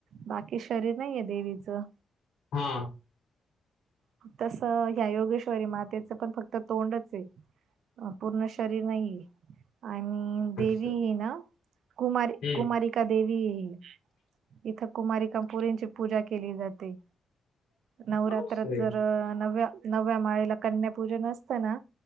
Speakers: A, on the right; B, on the left.
A: बाकी शरीर नाहीये देवीचं.
B: हा.
A: तस ह्या योगेश्वरी मातेचं पण फक्त तोंडच ये. अ पूर्ण शरीर नाहीये. आणि देवीये
B: असं.
A: ना कुमारी
B: हम्म.
A: कुमारी का देवीये ही इथं कुमारीका पोरींची पूजा केली जाते. नवरात्रात
B: असं आहे.
A: जर नव्या नव्या माळेला कन्यापूजन नसतं ना